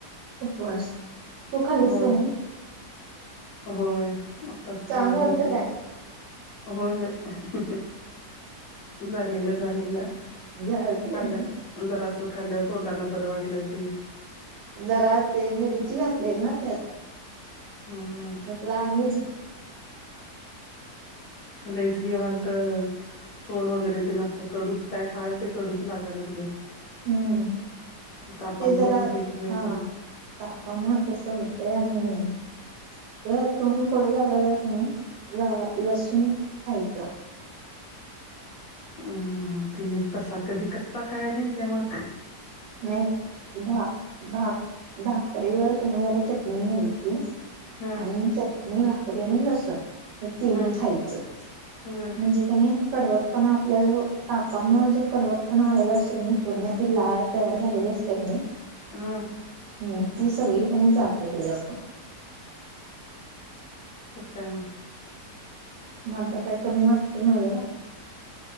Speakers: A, on the right; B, on the left.
A: उपवास तू खाल्लीस
B: हो
A: का नाही
B: होय, आत्ताच खाल्लं
A: चांगलं
B: मी
A: झालतं
B: पण.
A: काय
B: होय, होय झालेलं, झालेलं
A: झालती आहे
B: आलं जरा असं खाल्ल्य तोंडाला बरं वाटलं ते
A: जरा ते मिरची घातले ना त्यात
B: हा
A: म्हटल आणि
B: लईच हे व्हायलत तोंड वगैरे तेन असं कडूच काय खायल ते कडूच लागयला लागलय
A: हम्म
B: तापामुळं
A: ते जरा
B: होतय की लई
A: हा
B: असं
A: तापामुळं तसं होतंय आणि तर तोंड कडू लागाला क नाही ला लसूण खायचा
B: अम ते तसा कधी कच्चा खाय नाही त्या मग
A: नाही भा भा भाकरीवर कनाई जरा चटणी घ्यायची
B: हं
A: आणि
B: हं
A: चटणी, भाकरी आणि लसूण हे तिनी
B: हं
A: खायचं
B: बर
A: म्हणजे त्यानी कडवटपणा आपला जो तापामुळे जो कडवटपणा आलेला असत कणी पूर्ण ती लाळ तयार झालेली असत्या कनाई
B: हम
A: हम् ती सगळी कनाइ जाती त्याच्यामुळे
B: <unintelligible> तर काय
A: मग आता काय कमी वाटतंय नव्ह जरा